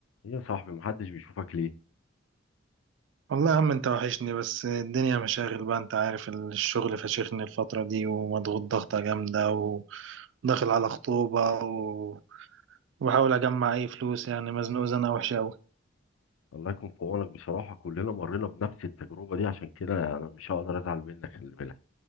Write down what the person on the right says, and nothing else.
والله يا عم انت وحشني بس الدنيا مشاغل بقى انت عارف الشغل فشخني الفترة دي ومضغوط ضغطة جامدة وداخل على خطوبة و- وبحاول اجمع اي فلوس يعني مزنوق زنقة وحشة اوي